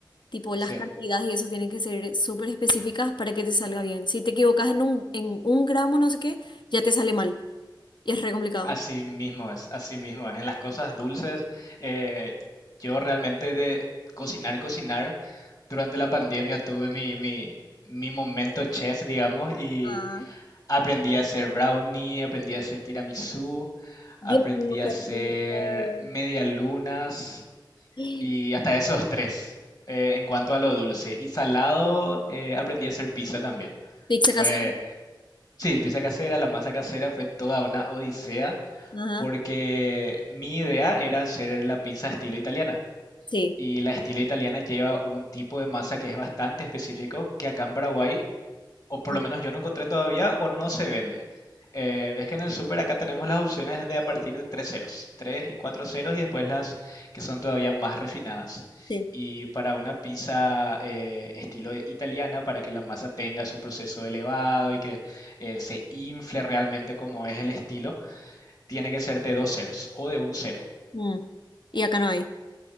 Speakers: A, on the left; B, on the left.
A: Tipo,
B: Sí,
A: las cantidades y eso tienen que ser súper específicas para que te salga bien. Si te equivocas en un, en un gramo, no sé qué, ya te sale mal. Y es re complicado.
B: así mismo es, así mismo es. En las cosas dulces, eh, yo realmente de cocinar, cocinar. Durante la pandemia tuve mi, mi, mi momento chef, digamos, y
A: Ah,
B: aprendí a hacer brownie, aprendí a hacer tiramisú,
A: Dios
B: aprendí
A: mío, qué
B: a hacer
A: rico.
B: medialunas
A: <gasps>
B: y hasta esos tres eh, en cuanto a lo dulce. Y salado, eh, aprendí a hacer pizza también.
A: Pizza
B: Fue,
A: casera.
B: sí, pizza casera, la masa casera fue toda una odisea
A: Ajá.
B: porque mi idea era hacer la pizza estilo italiana.
A: Sí.
B: Y la estilo italiana lleva un tipo de masa que es bastante específico, que acá en Paraguay, o por
A: No,
B: lo menos yo no encontré todavía, o no se vende. Eh, ves que en el súper acá tenemos las opciones de a partir de tres ceros, tres y cuatro ceros, y después las que son todavía más refinadas.
A: sí.
B: Y para una pizza eh, estilo italiana, para que la masa tenga su proceso elevado y que eh, se infle realmente como es el estilo, tiene que ser de dos ceros o de un cero.
A: Mm. Y acá no hay.